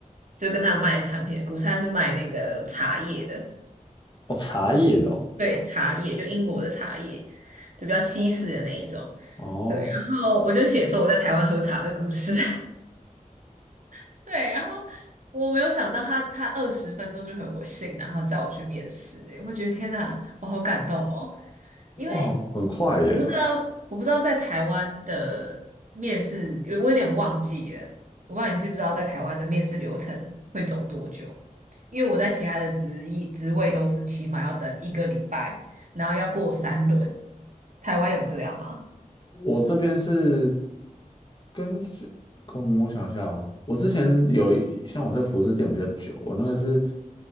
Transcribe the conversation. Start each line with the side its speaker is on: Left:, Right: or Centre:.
Right: 就跟他卖产品的故事，他是卖那个茶叶的，
Left: 哦，茶叶的哦，
Right: 对，茶叶就英国的茶叶，就比较西式的那一种，
Left: 哦，
Right: 对，然后我就写说我在台湾喝茶的故事。<laughs> 对，然后我没有想到他他二十分钟就回我信，然后叫我去面试，我觉得天哪，我好感动哦，因为
Left: 哇，很快耶！
Right: 我不知道我不知道在台湾的面试，因为我有点忘记了，我不知道你记不知道在台湾的面试流程会走多久，因为我在其他的职业职位都是起码要等一个礼拜，然后要过三轮，台湾有这样吗？
Left: 我这边是根据，嗯，我想一下哦，我之前有一像我这个服饰店比较久，我那个是